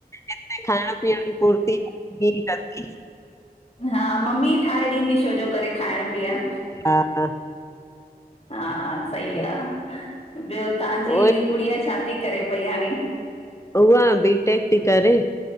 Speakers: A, on the left; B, on the left.
A: हिते खाइण पीअण जी पूर्ती, हिय ही कंदी।
B: हा मम्मी ठाहे ॾींदी छोजो करे खाइणु पीअणु।
A: हा हा
B: हा सही आ,
A: आहे।
B: ॿियो तव्हांजी
A: उहो ई
B: गुड़िया छा ती? चरे पई हाणे
A: उहा बीटेक ती, करे